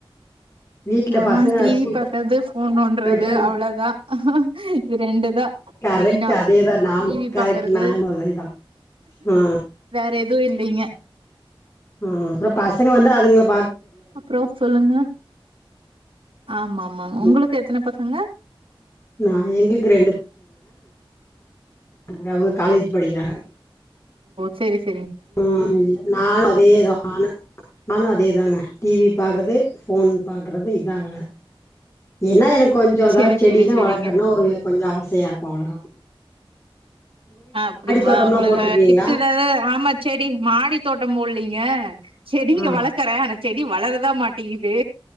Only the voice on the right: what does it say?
நா
டிவி
பாக்குறது ஃபோன் நோன்றது
அவ்வளோதா இது ரெண்டுதா
மெயினா
டிவி
பாக்குறது
வேற எதுவு இல்லிங்க
அப்புறோ சொல்லுங்க ஆமா ஆமா உங்களுக்கு
எத்தன பசங்க
சேரிஸ்
சேரி
சேரி சேரிங்க
அ அப்டிங்களா
உங்களுக்கு
வேற டிப்ஸ் ஏதாவது ஆமா செடி மாடி தோட்டம் போடுலிங்க செடிங்க
வளக்கற ஆனா செடி வளரதா மாட் டீங்குது